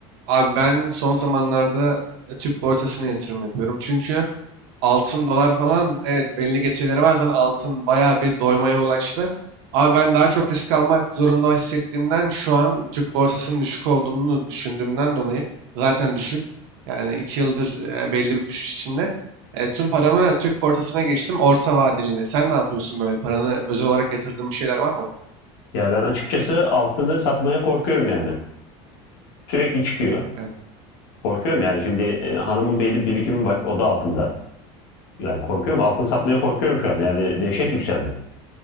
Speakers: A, on the right; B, on the left.
A: Abi ben son zamanlarda e, Türk borsasına yatırım yapıyorum. Çünkü altın, dolar falan evet belli getirileri var. Zaten altın bayağı bir doymaya ulaştı. Ama ben daha çok risk almak zorunda hissettiğimden şu an Türk borsasının düşük olduğunu düşündüğümden dolayı zaten düşük. Yani iki yıldır e, belli bir düşüş içinde. E, tüm paramı Türk borsasına geçtim orta vadeliğine. Sen ne yapıyorsun böyle? Paranı özel olarak yatırdığın bir şeyler var mı?
B: Ya ben açıkçası altını satmaya korkuyorum yani. Sürekli çıkıyor.
A: Evet.
B: Korkuyorum yani şimdi e, hanımın belli bir birikimi var. O da altında. Yani korkuyorum. Altını satmaya korkuyorum şu an. Yani dehşet yükseldi.